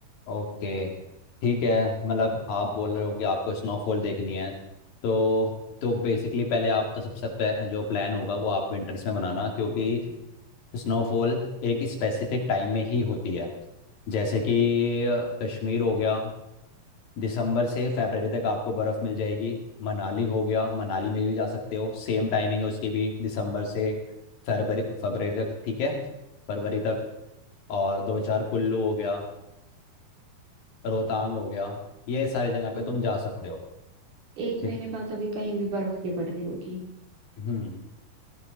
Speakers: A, on the left (about 65°); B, on the right (about 55°).
A: ओके ठीक है मतलब आप बोल रहे हो कि आपको स्नोफॉल देखनी है तो तो बेसिकली पहले आप तो सबसे पह- जो प्लान होगा वो आप विंटर्स में बनाना क्योंकि स्नोफॉल एक स्पेसिफिक टाइम में ही होती है जैसे कि अ, कश्मीर हो गया दिसंबर से फरवरी तक आपको बर्फ़ मिल जाएगी मनाली हो गया मनाली में भी जा सकते हो सेम टाइमिंग है उसकी भी दिसंबर से फरवरी फरवरी तक ठीक है फरवरी तक और दो चार कुल्लू हो गया रोहतांग हो गया ये सारी जगह
B: तो
A: पे तुम जा सकते हो
B: एक
A: ठीक
B: महीने बाद अभी कहीं भी बर्फ नहीं पड़ रही होगी
A: हम्म